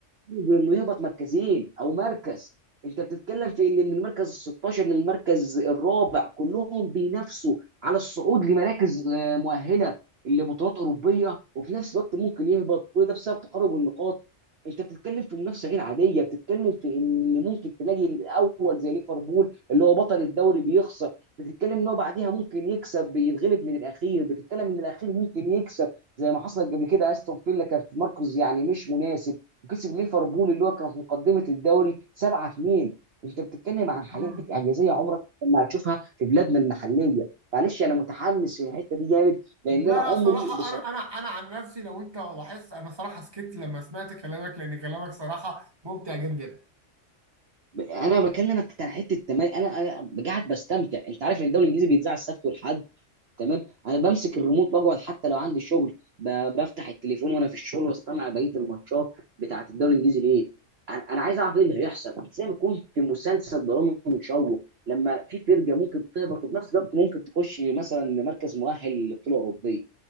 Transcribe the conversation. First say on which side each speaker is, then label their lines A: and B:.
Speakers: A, on the right; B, on the right.
A: بينه وبين انه يهبط مركزين او مركز انت بتتكلم في ان من المركز ال 16 للمركز الرابع كلهم بينافسوا على الصعود لمراكز آه، مؤهله لبطولات اوروبيه وفي نفس الوقت ممكن يهبط كل ده بسبب تقارب النقاط انت بتتكلم في منافسه غير عاديه بتتكلم في ان ممكن تلاقي الاول زي ليفربول اللي هو بطل الدوري بيخسر بتتكلم ان هو بعديها ممكن يكسب بيتغلب من الاخير بتتكلم ان الاخير ممكن يكسب زي ما حصلت قبل كده استون فيلا كان في مركز يعني مش مناسب وكسب ليفربول اللي هو كان في مقدمه الدوري 7 2 انت بتتكلم عن حاجات
B: امم
A: اعجازيه عمرك ما هتشوفها في بلادنا المحليه معلش انا متحمس في الحته دي جامد لان
B: لا لا
A: انا عمري
B: صراحه
A: بص...
B: انا انا انا عن نفسي لو انت لاحظت انا صراحه سكت لما سمعت كلامك لان كلامك صراحه ممتع جدا
A: انا بكلمك عن حته تمام انا انا قاعد بستمتع انت عارف ان الدوري الانجليزي بيتذاع السبت والحد تمام انا بمسك الريموت واقعد حتى لو عندي شغل ب- بفتح التليفون وانا في الشغل واستمع بقيه الماتشات بتاعه الدوري الانجليزي ليه انا أنا عايز اعرف ايه اللي هيحصل زي ما يكون في مسلسل درامي مشوق لما في فرقه ممكن تهبط وفي نفس الوقت ممكن تخش مثلا لمركز مؤهل للبطوله الاوروبيه